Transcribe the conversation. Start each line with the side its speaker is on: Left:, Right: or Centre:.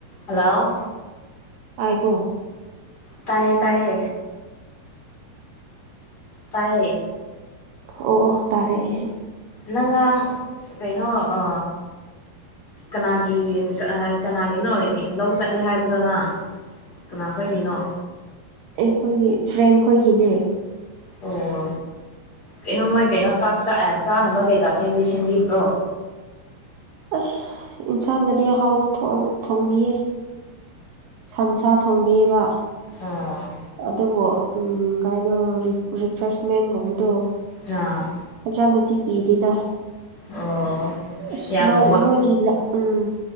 Left: hello
Right: ꯇꯥꯏꯀꯣ
Left: ꯇꯥꯏꯌꯦ ꯇꯥꯏꯌꯦ ꯇꯥꯏꯌꯦ
Right: ꯑꯣ ꯑꯣ ꯇꯥꯔꯦ ꯑꯩꯁꯨ
Left: ꯅꯪ ꯉꯔꯥꯡ ꯀꯩꯅꯣ ꯑ ꯀꯅꯥꯒꯤ ꯌꯦꯡ ꯀꯅꯥꯒꯤꯅꯣ ꯂꯧ ꯆꯠꯂꯦ ꯍꯥꯏꯕꯗꯣ ꯅꯪ ꯀꯅꯥ ꯈꯣꯏꯒꯤꯅꯣ
Right: ꯑꯩꯈꯣꯏꯒꯤ ꯐ꯭ꯔꯦꯟ ꯈꯣꯏꯒꯤꯅꯦ
Left: ꯑꯣ ꯀꯩꯅꯣ ꯃꯣꯏ ꯀꯩꯅꯣ ꯆꯥꯛ ꯆꯥ ꯆꯥꯅꯕ ꯀꯩꯀꯥ ꯁꯦꯝꯗꯤ ꯁꯦꯝꯕꯤꯕ꯭ꯔꯣ
Right: ꯑꯁ ꯌꯦꯟꯁꯥꯡꯒꯗꯤ ꯑꯍꯥꯎꯕ ꯊꯣꯡ ꯊꯣꯡꯕꯤꯌꯦ ꯁꯟꯁꯥ ꯊꯣꯡꯕꯤꯌꯦꯕ
Left: ꯑꯣ
Right: ꯑꯗꯨꯕꯨ ꯎꯝ ꯀꯩꯅꯣ ꯔꯤ ꯔꯤꯐ꯭ꯔꯦꯁꯃꯦꯟꯒꯨꯝꯕꯗꯣ
Left: ꯑꯥ
Right: ꯐꯖꯥꯅꯗꯤ ꯄꯤꯗꯦꯗ
Left: ꯑꯣ
Right: ꯑꯁ
Left: ꯌꯥꯝ
Right: ꯃꯥ
Left: ꯋꯥ
Right: ꯃꯣꯏꯒꯤ ꯂꯥꯛ ꯎꯝ